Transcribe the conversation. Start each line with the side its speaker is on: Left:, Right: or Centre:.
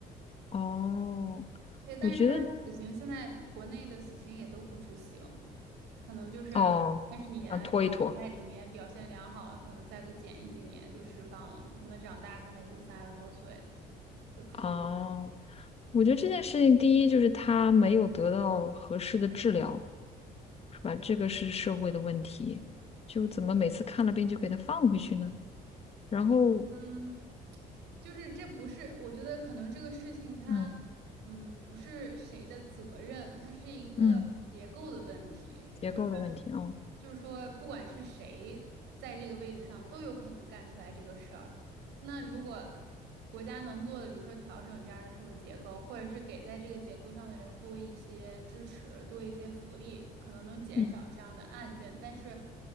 Left: 哦，
Right: 对，但是他的死刑现在国内的死刑也都不执行，
Left: 我觉得
Right: 可能就是三十年，
Left: 哦，想拖一拖。
Right: 然后在里面表现良好了，可能再个减一几年就释放了，等他长大可能也就三十多岁就处于
Left: 哦，我觉得这件事情，第一就是他没有得到合适的治疗，是吧？这个是社会的问题，就怎么每次看了病就给他放回去呢？然后，
Right: 嗯。就是这不是，我觉得可能这个事情它，
Left: 嗯
Right: 嗯，不是谁的责任，它是一个结构的问题。
Left: 嗯，结构的问题啊，
Right: 就就是说，不管是谁在这个位置上，都有可能干出来这个事儿。那如果国家能做的，比如说调整这样的社会结构，或者是给在这个结构上的人多一些支持，多一些福利，可能能减少这样的案件。
Left: 嗯
Right: 但是